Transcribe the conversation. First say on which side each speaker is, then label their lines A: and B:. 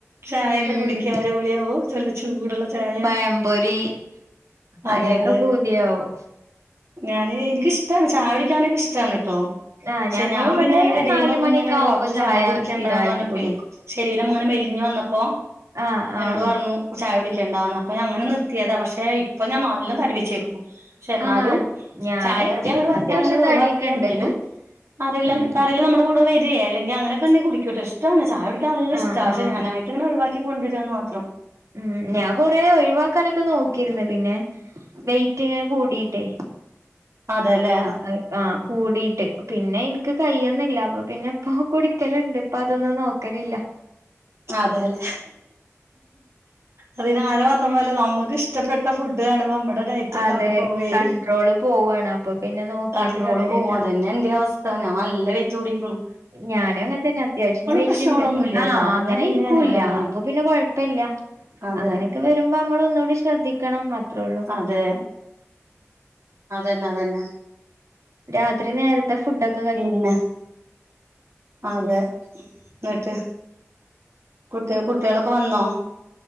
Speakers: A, on the right; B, on the right.
A: ചായയൊക്കെ
B: ഉം
A: കുടിക്കാ അടിപൊളിയാവും ചല്ല ചൂടുള്ള ചായ
B: പഴംപൊരി
A: അതെ
B: അയിനൊക്കെ
A: അതെ
B: പൂതിയാവും
A: ഞാന് ഇൻക്കിഷ്ടാണ് ചായുടി ക്കാനൊക്കെ ഇഷ്ടാണ് ട്ടോ പക്ഷേ
B: ആഹ് ഞങ്ങളിവിടെ
A: ഞാൻ പിന്നെ അയിന്റെടേൽ
B: നാലുമണിയൊക്കെ
A: ലൊന്നുങ്ങനെ
B: ആവുമ്പോ
A: ഡോക്ടർ ചായ കുടിക്കണ്ടാന്ന്
B: സ്ഥിരായിട്ട്
A: പറഞ്ഞപ്പളെ
B: കുടിക്കും
A: ശരീംരംങ്ങനെ മെലിഞ്ഞ് വന്നപ്പോ
B: ആഹ് ആഹ്
A: എന്നോട് പറഞ്ഞു ചായ കുടിക്കണ്ടാന്ന് അപോ ഞാ അങ്ങനെ നിർത്തിയതാ പക്ഷേ ഇപ്പ ഞാൻ നല്ലോ തടി വച്ചേക്കുന്നു പക്ഷെ എന്നാലും
B: ആഹ് ഞാന്
A: ചായ കൂടി അങ്ങട് പറ്റഅങ്ങനെട്
B: അത്യാവശ്യം
A: ഒഴിവാക്കി
B: തടിയൊക്കെ ഇണ്ട്
A: എന്തേലും അരേലും
B: ഉം
A: പറിം <unintelligible> കൂടെ വരേ അല്ലെങ്കി അങ്ങനൊക്കെണ്ടെങ്കി കുടിക്കുട്ട ഇഷ്ടാണ് ചായ കുടിക്കാ നല്ല
B: ആഹ്
A: ഇഷ്ട
B: ആഹ്
A: ഞാനായിട്ട് ഇങ്ങനെ ഒഴിവാ ക്കി കൊണ്ടുവരാന്ന് മാത്രം
B: ഉം ഞാൻ കൊറേ ഒഴിവാക്കാനൊക്കെ നോക്കിര്ന്ന് പിന്നെ വെയ്റ്റ് ഇങ്ങനെ കൂടിയിട്ടേ
A: അതെല്ലേ
B: അഹ് ആഹ് കൂടിട്ട് പിന്നെ എനിക്ക് കയൊന്നില്ല അപ്പൊ പിന്നെ ഇപ്പൊ കുടിക്കലുണ്ട് പ്പൊ അതൊന്നും നോക്കലില്ല
A: അതേലെ അതിന് ആരോ വ ന്ന പോലെ നമ്മുക്ക് ഇഷ്ടപ്പെട്ട ഫുഡ് കാണുമ്പ നമ്മുടെ ഡയറ്റോകെ
B: അതെ
A: അവിടെ പോവേ
B: കൺട്രോള് പോവാണ് അപ്പൊ പിന്നെ നോക്കിട്ട്
A: കണ്ട്രോള്
B: കാര്യല്ല
A: പോവും അതന്നെന്റെ അവ സ്ഥ ഞാൻ നല്ല വെയിറ്റ് കൂടിക്കെണു
B: ഞാനും അങ്ങൻതന്നെ അത്യാവശ്യം വെയിറ്റുണ്ട്
A: പ്രശ്നങ്ങളൊന്നും ഇല്ലാട്ടാ
B: ആഹ്
A: അതന്നെ
B: ങ്ങനെ
A: വല്യ
B: ഇൻക്കൂല്ല്യ
A: അനുഗ്രഹാണ്
B: അപ്പൊ പിന്നെ കൊഴപ്പല്ല്യ
A: അതെ
B: അങ്ങനെയൊക്കെ വരുമ്പോ നമ്മള് ഒന്നുകൂടി ശ്രദ്ധിക്കണം അത്രേ ഒള്ളൂ
A: അതെ അതന്നെ അതന്നെ
B: രാത്രി നേരത്തെ ഫുഡ്ഒക്കെ
A: പിന്നെ അതെ ഇന്നട്ട് കുട്ടിയാ കുട്ടിയാളൊക്കെ വന്നോ?